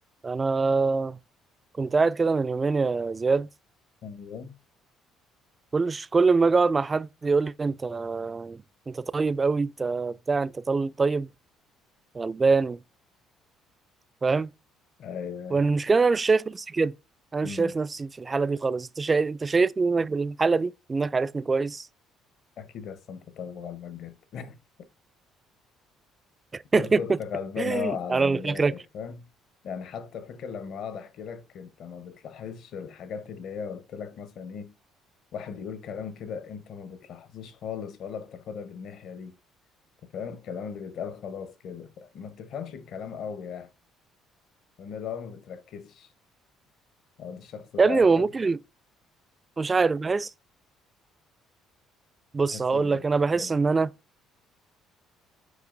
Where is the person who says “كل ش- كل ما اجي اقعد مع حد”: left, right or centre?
Right